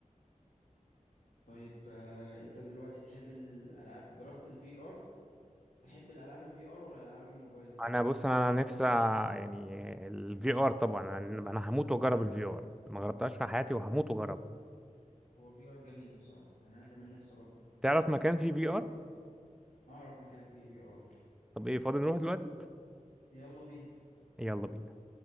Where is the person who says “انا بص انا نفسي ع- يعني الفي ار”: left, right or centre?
Centre